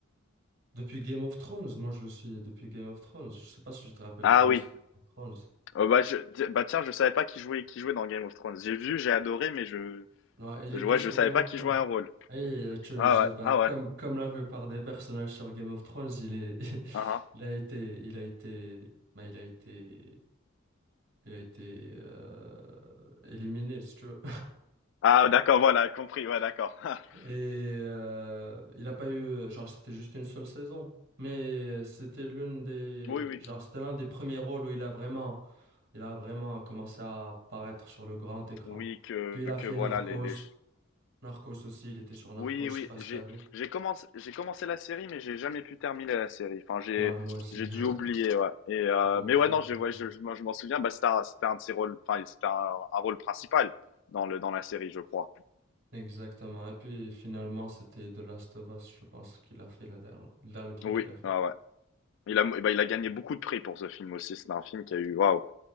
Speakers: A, on the right; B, on the left.
A: depuis Game of Thrones, moi je le suis depuis Game of Thrones. Je sais pas si tu te rappelles
B: Ah
A: de lui,
B: oui.
A: sur Game of Thrones.
B: Oh, bah, je, ti- bah tiens, je savais pas qui jouait, qui jouait dans Game of Thrones. J'ai vu, j'ai adoré, mais je,
A: Non, il
B: je,
A: était
B: ouais,
A: sur
B: je savais
A: Game of
B: pas qui
A: Thrones.
B: jouait un rôle.
A: Et euh, tu-
B: Ah
A: je- bah,
B: ouais, ah ouais,
A: comme, comme la plupart des personnages sur Game of Thrones, il est, <laughs>
B: ah ah.
A: il a été, il a été, bah, il a été, il a été euh, éliminé, si tu veux.
B: Ah, d'accord, voilà, compris, ouais, d'accord. <laughs>
A: Et euh, il a pas eu, genre, c'était juste une seule saison. Mais c'était l'une des,
B: Oui, oui,
A: genre, c'était l'un des premiers rôles où il a vraiment, il a vraiment commencé à apparaître sur le grand écran.
B: oui, que,
A: Puis il a
B: que
A: fait
B: voilà,
A: Narcos.
B: les, les...
A: Narcos aussi, il était sur Narcos,
B: Oui,
A: je
B: oui,
A: sais pas si
B: j'ai,
A: t'as vu.
B: j'ai commencé, j'ai commencé la série, mais j'ai jamais pu terminer la série. Enfin, j'ai,
A: Ouais, moi aussi.
B: j'ai
A: <laughs>
B: dû oublier, ouais. Et, euh,
A: Moi aussi,
B: mais ouais,
A: exactement.
B: non, je, ouais, je, je, moi, je m'en souviens, bah, c'était un, c'était un de ses rôles, enfin, c'était un, un rôle principal dans le, dans la série, je crois.
A: Exactement. Et puis finalement, c'était The Last of Us, je pense qu'il a fait la der- le dernier truc
B: Oui,
A: qu'il a fait.
B: ouais, ouais. Il a, bah, il a gagné beaucoup de prix pour ce film aussi. C'est un film qui a eu, waouh,